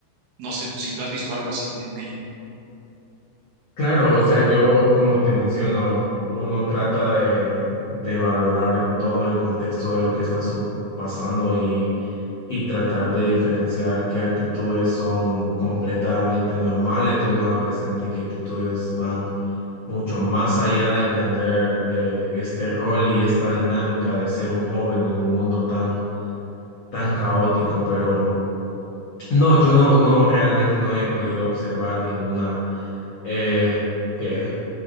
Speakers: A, on the right (about 80°); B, on the left (about 75°).
A: No sé si tú has visto algo así en ella,
B: Claro, o sea, yo, como te menciono, uno trata de, de valorar todo el contexto de lo que está su- pasando y y tratar de diferenciar qué actitudes son completamente normales de un adolescente y qué actitudes van mucho más allá de entender eh, este rol y esta dinámica de ser un joven en un mundo tan, tan caótico. Pero no, yo no, no, realmente no he podido observar ninguna eh, que...